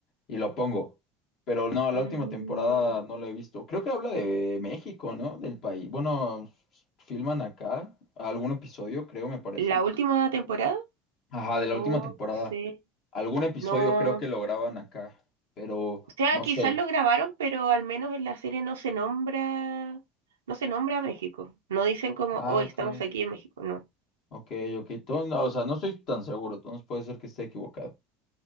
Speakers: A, on the left; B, on the right.
A: y lo pongo. Pero no, la
B: Mm,
A: última temporada no la he visto. Creo que habla de México, ¿no? Del país. Bueno, filman acá algún episodio, creo, me parece.
B: ¿La última temporada?
A: Ajá, de la
B: Oh,
A: última temporada.
B: no sé.
A: Algún episodio
B: No.
A: creo que lo graban acá, pero
B: O sea,
A: no
B: quizás
A: sé.
B: lo grabaron, pero al menos en la serie no se nombra, no se nombra a México. No dicen como,
A: Ah,
B: oh,
A: ok,
B: estamos aquí en México. No.
A: ok, ok. Todo- no, o sea, no estoy tan seguro, entonces puede ser que esté equivocado.